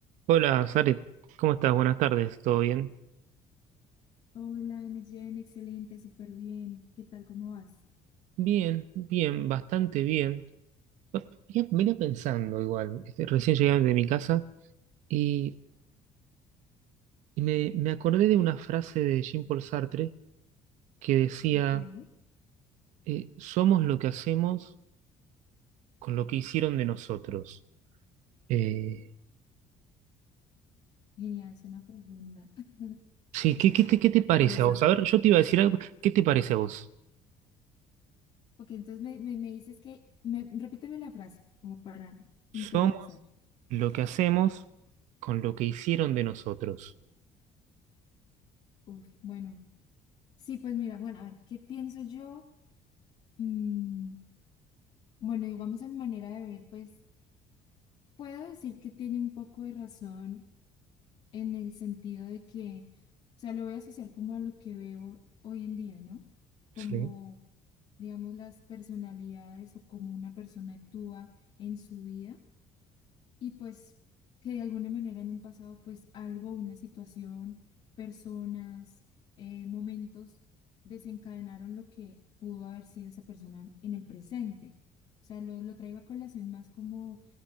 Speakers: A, on the right (about 80°); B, on the left (about 50°).
A: Hola, Sarit, ¿cómo estás? Buenas tardes, ¿todo bien?
B: Hola, Neyen, excelente, súper bien. ¿Qué tal? ¿Cómo vas?
A: Bien, bien, bastante bien. Va- Venía, venía pensando igual, este, recién llegué de mi casa y, y me, me acordé de una frase de Jean-Paul Sartre que decía,
B: Ok,
A: eh, somos lo que hacemos con lo que hicieron de nosotros. Eh,
B: genial, suena profunda. <laughs>
A: sí, ¿qué, qué te, qué te parece
B: Interesante.
A: a vos? A ver, yo te iba a decir algo, ¿qué te parece a vos?
B: Ok, entonces me, me, me dices que, me, repíteme la frase como para interiorizar.
A: Somos lo que hacemos con lo que hicieron de nosotros.
B: Uf, bueno, sí, pues mira, bueno, a ver, ¿qué pienso yo? Mm, bueno, y vamos a mi manera de ver, pues puedo decir que tiene un poco de razón en el sentido de que, o sea, lo voy a asociar como a lo que veo hoy en día, ¿no? Como,
A: Sí.
B: digamos, las personalidades o cómo una persona actúa en su vida y pues que de alguna manera en un pasado, pues algo, una situación, personas, eh, momentos desencadenaron lo que pudo haber sido esa persona en el presente. O sea, lo, lo traigo a colación más como